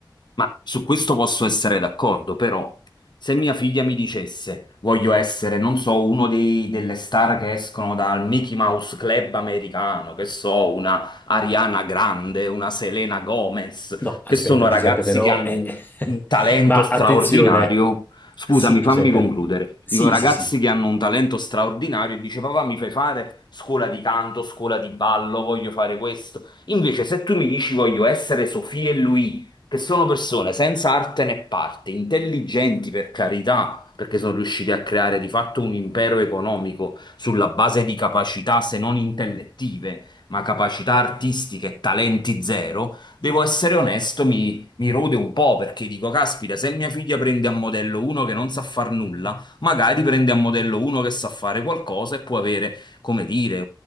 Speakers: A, on the left; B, on the left.
A: Ma su questo posso essere d'accordo, però se mia figlia mi dicesse voglio essere, non so, uno dei- delle star che escono dal Mickey Mouse Club americano, che so, una Ariana Grande, una Selena Gomez,
B: No, aspetta
A: che sono
B: Giuseppe,
A: ragazzi
B: però...
A: che hanno
B: eh,
A: un,
B: <laughs>
A: un talento
B: Ma
A: straordinario,
B: attenzione,
A: scusami,
B: sì Giuseppe,
A: fammi concludere.
B: att- sì,
A: Dico ragazzi
B: sì, sì.
A: che hanno un talento straordinario e dice papà mi fai fare scuola di canto, scuola di ballo, voglio fare questo. Invece se tu mi dici voglio essere Sofia e Luigi, che sono persone senza arte né parte, intelligenti per carità, perché sono riusciti a creare di fatto un impero economico sulla base di capacità, se non intellettive, ma capacità artistiche e talenti zero, devo essere onesto, mi, mi rode un po' perché dico, caspita, se mia figlia prende a modello uno che non sa far nulla, magari prende a modello uno che sa fare qualcosa e può avere, come dire,